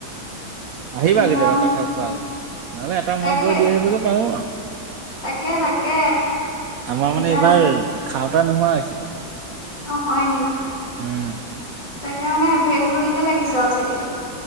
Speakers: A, on the right; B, on the left.
A: আহিবা
B: ইমান
A: কেতিয়াবা কঁঠাল খোৱা যদি, নহ'লে এটা
B: তাকে
A: মই গৈ দি আহিবগে পাৰো আও
B: তাকে তাকে।
A: আমাৰ
B: দিবাহি
A: মানে এইবাৰ খাওঁতা নোহোৱা হৈছে কঁঠাল।
B: অঁ হয় নি?
A: উম।
B: তাকে মানে এভেলএবোল কে লাগিছে আও চাগে!